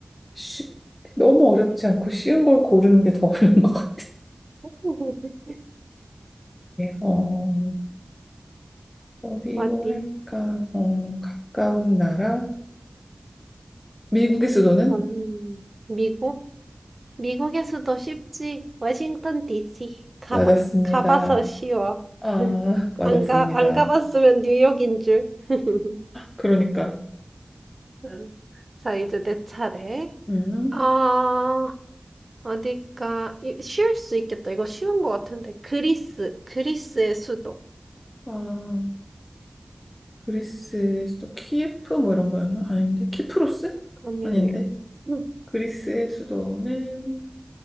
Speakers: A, on the left; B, on the right.
A: 쉽, 너무 어렵지 않고 쉬운 걸 고르는 게 더 <laughs> 어려운 것 같아.
B: <laughs>
A: 어, 어디로
B: 어디?
A: 할까? 어, 가까운 나라? 미국의 수도는?
B: 음, 미국? 미국의 수도 쉽지. 워싱턴 DC. 가봐,
A: 맞았습니다.
B: 가봐서 쉬워.
A: 아,
B: <laughs> 안
A: 맞았습니다.
B: 가, 안 가봤으면 뉴욕인 줄. <laughs>
A: 그러니까,
B: 음. 자, 이제 내 차례.
A: 음,
B: 아, 어딜까? 이- 쉬울 수 있겠다. 이거 쉬운 거 같은데. 그리스, 그리스의 수도.
A: 아, 그리스의 수도 키예프 뭐 이런 거였나? 아닌데, 키프로스?
B: 아니,
A: 아닌데,
B: 아니야. 응,
A: 그리스의 수도는